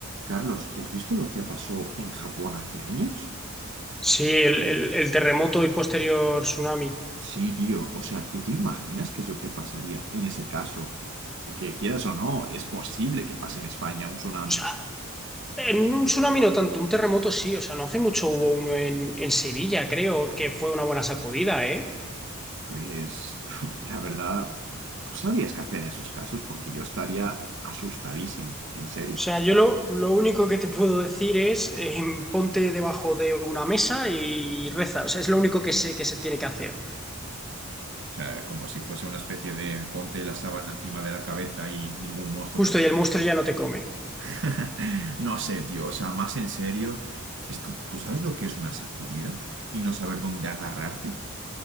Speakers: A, on the right; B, in the centre.
A: Carlos, ¿tú has visto lo que pasó en Japón hace años?
B: Sí, el, el- el terremoto y posterior tsunami.
A: Sí, tío. O sea, ¿tú te imaginas qué es lo que pasaría en ese caso? Porque quieras o no, es posible que pase en España un tsunami.
B: O sea, en un tsunami no tanto, un terremoto sí. O sea, no hace mucho hubo uno en, en Sevilla, creo, que fue una buena sacudida, ¿eh?
A: Pues, <laughs> la verdad, tú sabías qué hacer en esos casos porque yo estaría asustadísimo, en serio.
B: O sea, yo lo, lo único que te puedo decir es eh, ponte debajo de una mesa y reza. O sea, es lo único que sé que se tiene que hacer.
A: O sea, como si fuese una especie de ponte la sábana encima de la cabeza y ningún monstruo.
B: Justo,
A: te-
B: y el monstruo ya no te come.
A: <laughs> No sé, tío, o sea, más en serio, es que, ¿tú sabes lo que es una sacudida? Y no saber dónde agarrarte.